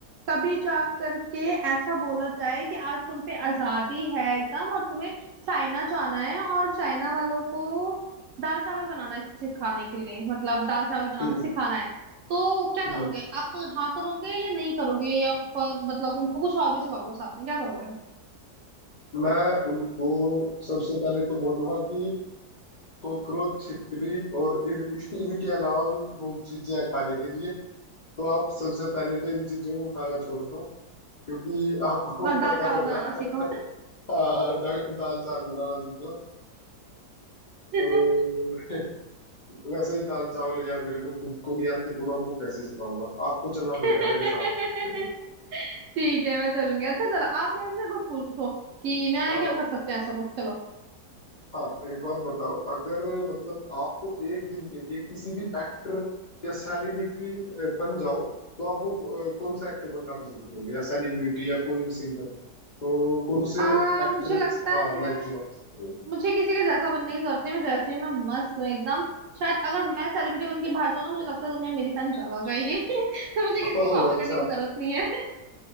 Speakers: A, on the right (about 70°); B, on the left (about 50°).
A: कभी जा करके ऐसा बोला जाए कि आज तुम पे आजादी है एकदम और तुम्हें चाइना जाना है और चाइना वालों को दाल चावल बनाना है सिखाने के लिए मतलब दाल चावल बनाना
B: हम्म,
A: सिखाना है तो क्या करोगे
B: हम्म।
A: आप हाँ करोगे या नहीं करोगे या फिर मतलब उनको कुछ और भी सिखाओगे साथ में क्या करोगे
B: मैं उनको सबसे पहले तो बोलूंगा कि कॉकरोच छिपकली और इनकी इनके अलावा भी बहुत चीजें हैं खाने के लिए तो आप सबसे पहले तो इन चीजों को खाना छोड़ दो क्योंकि आपको
A: बस दाल
B: पता
A: चावल
B: होगा
A: बनाना सीखो
B: हाँ, डा- दाल चावल बनाना सीखो
A: <laughs>
B: और वैसे दाल चावल यार मेरे को खुद को नहीं आते तो मैं उनको कैसे सिखाऊंगा आपको चलना
A: <laughs>
B: पड़ेगा मेरे साथ
A: ठीक है मैं चलूंगी अच्छा चलो आप मेरे से कुछ पूछो कि मैं
B: <laughs> हाँ
A: क्या कर सकते हैं ऐसा कुछ चलो
B: हाँ एक बात बताओ अगर मतलब आपको एक दिन के लिए किसी भी एक्टर या सेलिब्रिटी बन जाओ तो आप वो अ, कौन सा एक्टर बनना पसंद करोगे या सेलिब्रिटी या कोई भी सिंगर तो कौन से
A: आ,
B: एक्टर
A: मुझे लगता है
B: हाँ लाइफ जीना पसंद करोगे
A: मुझे किसी के जैसा बनने की जरूरत नहीं मैं जैसे ही मैं मस्त हूँ एकदम शायद अगर मैं सेलिब्रिटी बन के बाहर जाऊँ ना मुझे लगता है दुनिया मेरी फैन ज्यादा हो जाएगी <laughs> तो मुझे
B: <laughs>
A: किसी की
B: ओह
A: कॉपी
B: अच्छा
A: करने की जरूरत नहीं है